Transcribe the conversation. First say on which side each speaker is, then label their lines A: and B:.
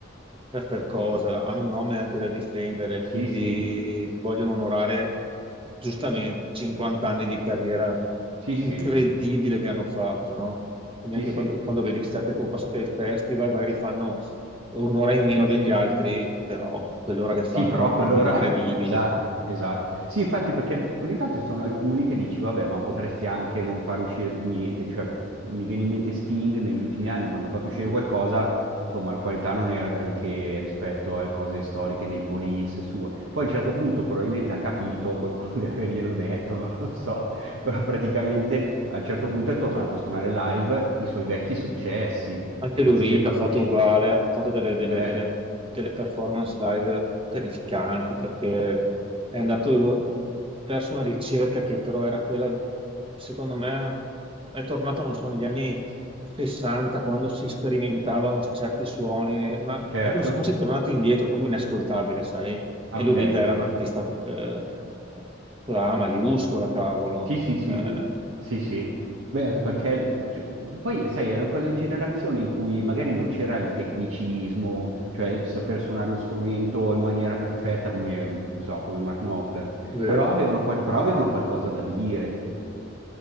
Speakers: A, on the right; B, on the right.
A: per per cosa, hanno un nome anche da difendere,
B: sì,
A: quindi
B: sì,
A: vogliono onorare giustamente 50 anni di carriera
B: sì,
A: incredibile
B: sì,
A: che hanno fatto, no? Quindi
B: sì,
A: anche
B: sì.
A: quando, quando vedi state compassate ai festival, magari fanno un'ora in meno degli altri, però quell'ora che fanno
B: Sì, però
A: la
B: a
A: fanno
B: quell'ora...
A: incredibile.
B: Esatto, esatto. Sì, infatti perché ogni tanto ci sono alcuni che dici, vabbè, ma potresti anche non far uscire più niente. Cioè, mi viene in mente Sting negli ultimi anni, quando ha fatto uscire qualcosa, insomma, la qualità non era granché rispetto alle cose storiche dei Police sue. Poi a un certo punto probabilmente ha capito, qualcuno <laughs> deve averglielo detto, non lo so, però praticamente a un certo punto è tornato a suonare live i suoi vecchi successi,
A: Anche
B: anziché
A: Lou Reed
B: far
A: ha fatto
B: uscire...
A: uguale, ha fatto delle, delle-
B: Ecco,
A: delle- delle performance live terrificanti perché è andato verso una ricerca che però era quella, secondo me, è tornato, non so, negli anni 60 quando si sperimentavano certi suoni, ma
B: certo.
A: è come se fosse tornato indietro, proprio inascoltabile, sai?
B: Ah,
A: E Lou
B: ok.
A: Reed era un artista eh, con la A maiuscola, cavolo.
B: Sì, sì, sì,
A: Cioè,
B: sì, sì. Beh, anche perché cioè, poi, sai, erano quelle generazioni in cui magari non c'era il tecnicismo, cioè saper suonare lo strumento in maniera perfetta come, che so, come Mark Knopfler,
A: vero?
B: però avevano, qual- però avevano qualcosa da dire,